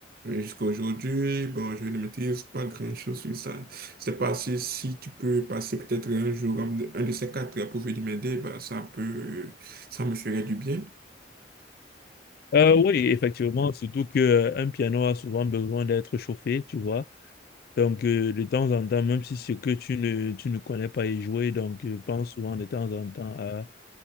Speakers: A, on the right; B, on the left.
A: jusqu'à aujourd'hui. Bon, je ne maîtrise pas grand-chose sur ça. Je sais pas si, si tu peux passer peut-être un jour, un, un de ces quatre, pour venir m'aider, bah, ça peut, ça me ferait du bien.
B: Euh, oui, effectivement, surtout que euh, un piano a souvent besoin d'être chauffé, tu vois. Donc, euh, de temps en temps, même si ce que tu ne, tu ne connais pas y jouer, donc euh, pense souvent de temps en temps à,